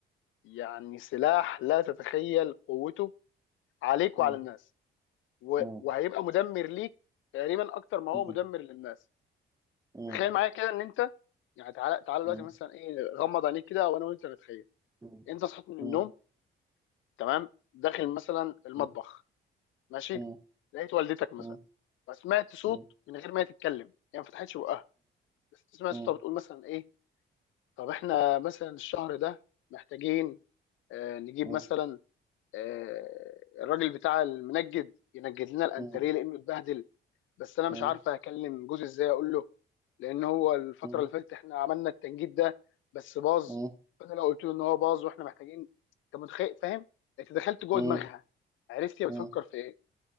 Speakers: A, on the left (about 80°); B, on the right (about 15°).
A: يعني سلاح لا تتخيل قوته عليك
B: مم.
A: وعلى الناس و-
B: مم.
A: وهيبقى مدمر ليك تقريبا أكتر ما هو
B: مم.
A: مدمر للناس
B: مم.
A: تخيل معايا كده إن أنت يعني تعالى تعالى دلوقتي
B: مم.
A: مثلا إيه غمض عينيك كده وأنا وأنت نتخيل
B: مم.
A: أنت صحيت من النوم
B: مم.
A: تمام داخل مثلا المطبخ
B: مم.
A: ماشي
B: مم.
A: لقيت والدتك مثلا
B: مم.
A: فسمعت صوت
B: مم.
A: من غير ما هي تتكلم هي ما فتحتش بقها بس تسمع
B: مم.
A: صوتها بتقول مثلا ايه طب احنا مثلا الشهر ده محتاجين آه نجيب
B: مم.
A: مثلا آه الراجل بتاع المنجد ينجد لنا الانتريه
B: مم.
A: لانه اتبهدل بس انا مش
B: مم.
A: عارفه اكلم جوزي ازاي اقول له لان هو الفتره
B: مم.
A: اللي فاتت احنا عملنا التنجيد ده بس باظ
B: مم.
A: فانا لو قلت له ان هو باظ واحنا محتاجين انت متخيل فاهم انت دخلت جوه
B: مم. مم.
A: دماغها عرفت هي بتفكر
B: مم.
A: في ايه